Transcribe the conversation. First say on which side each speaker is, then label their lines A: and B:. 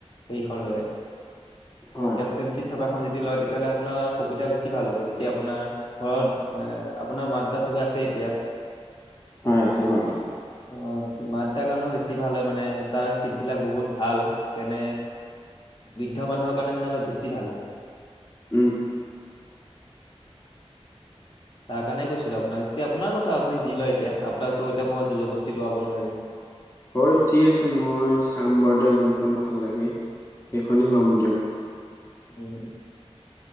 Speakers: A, on the left; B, on the left.
A: হেৰিখন লয়।
B: হয়।
A: কেপটেনশ্বিপ থকা খন যদি লয় তেতিয়াহলে আপোনাৰ সুবিধা বেছি ভাল যেতিয়া আপোনাৰ ঘৰত এ আপোনাৰ মা- দেউতা চবে আছে এতিয়া
B: হয় আছে বাৰু।
A: অ মাত দেতা কাৰণেও বেছি ভাল হয় মানে তাৰ চিটবিলাক বহুত ভাল সেইকাৰনে বৃদ্ধ মানুহৰ কাৰণে মানে অলপ বেছি ভাল হয়।
B: উম।
A: তাৰ কাৰণে কৈছিলোঁ আপোনাক, এতিয়া আপোনাৰ কথা এতিয়া যি লয় এতিয়া আপোনাকতো এতিয়া মই জুৰ জবৰজস্তি লোৱাব নোৱাৰিম।
B: হয় ঠিক আছে, মই চাম বাৰু দে যোনখন ভাল লাগে। সেইখনে ল'ম দিয়ক।
A: উম।